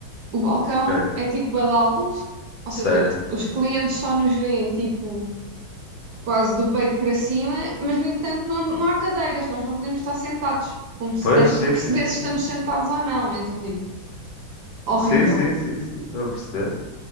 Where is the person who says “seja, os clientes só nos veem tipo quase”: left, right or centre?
Right